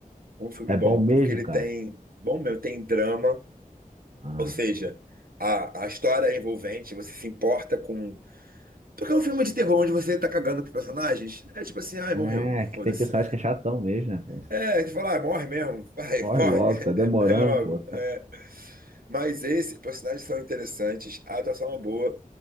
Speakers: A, on the right; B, on the right.
A: Um filme
B: É
A: bom,
B: bom mesmo,
A: porque ele
B: cara?
A: tem, bom meu, tem drama,
B: Ah,
A: ou seja, a, a história é envolvente, você se importa com Porque é um filme de terror onde você tá cagando pros personagens. É tipo assim, ai, morreu.
B: é, que
A: Foda-se.
B: tem pessoas que é chatão mesmo, né, pô?
A: É, de falar, ah, morre mesmo. Vai,
B: Corre
A: morre.
B: logo, tá demorando,
A: <laughs> Aí logo.
B: pô.
A: é. Mas esses personagens são interessantes, a atuação é boa.